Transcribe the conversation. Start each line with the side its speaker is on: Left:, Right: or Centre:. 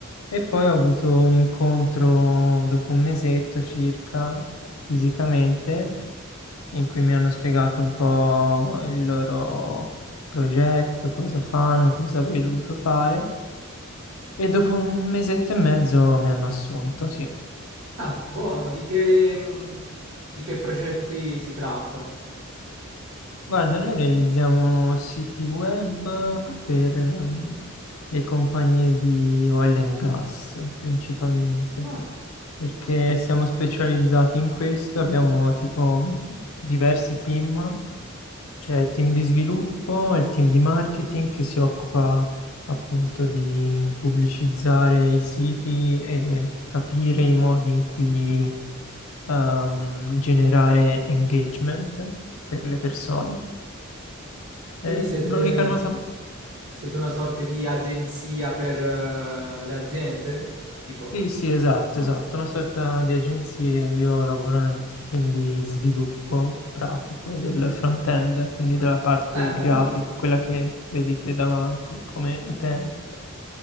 Left: e poi ho avuto un incontro dopo un mesetto circa fisicamente in cui mi hanno spiegato un po' il loro progetto, cosa fanno, cosa avrei dovuto fare e dopo un mesetto e mezzo mi hanno assunto, sì.
Right: ah, buono, di che, mh, di che progetti si tratta?
Left: Guarda, noi realizziamo siti web per ehm, le compagnie di oil and gas principalmente.
Right: Ah,
Left: perché siamo specializzati in questo, abbiamo tipo diversi team, c'è il team di sviluppo, il team di marketing che si occupa appunto di mh, pubblicizzare i siti e capire i modi in cui ehm, generare engagement per le persone.
Right: quindi
Left: Eh,
Right: siete,
Left: L'unica nota
Right: siete una sorta di agenzia per eh, le aziende? Tipo,
Left: Sì, sì, esatto,
Right: ah,
Left: esatto, una sorta di agenzia. Io lavoro nel t- team di sviluppo pratico del front-end, quindi della parte
Right: è
Left: grafica,
Right: bello.
Left: quella che vedete davanti come utente.